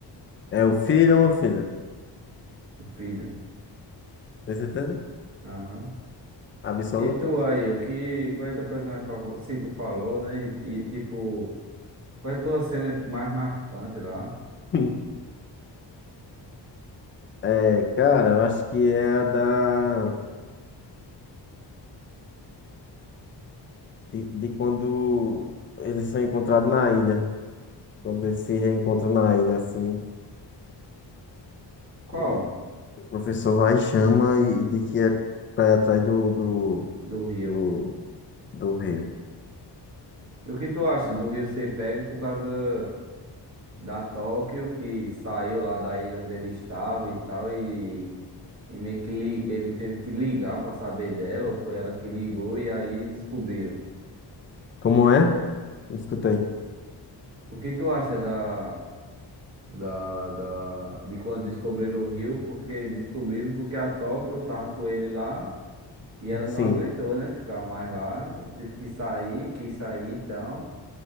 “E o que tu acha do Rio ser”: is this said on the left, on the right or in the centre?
Right